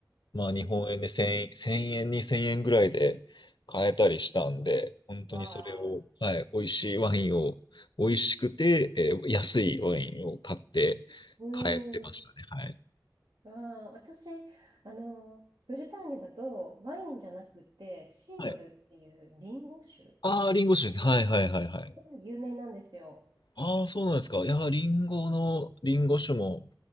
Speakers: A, on the left (about 75°); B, on the right (about 75°).
A: まあ日本円で1000円、
B: うんうん
A: 1000円、2 0円ぐらいで買えたりしたんで、本当にそれを、
B: わあ、
A: はい、美味しいワインを、美味しくて、えー安いワインを買って
B: う
A: 帰ってましたね。
B: ん。
A: はい。
B: わあ、私、あの、ブルターニュだとワインじゃなくてシードルっていうリンゴ酒
A: はい。ああ、リンゴ酒です。はいはいはいはい。
B: が有名なんですよ。
A: ああ、そうなんですか。いやリンゴの、リンゴ酒も